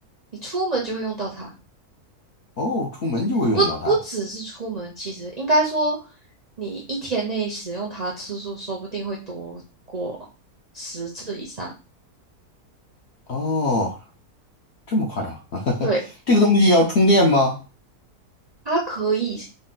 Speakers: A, on the right; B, on the left.
A: 你出门就会用到它，
B: 哦，出门就会用到它。
A: 不不只是出门，其实应该说，你一天内使用它的次数说不定会多过十次以上。
B: 哦，这么夸张？<laughs>
A: 对，
B: 这个东西要充电吗？
A: 它可以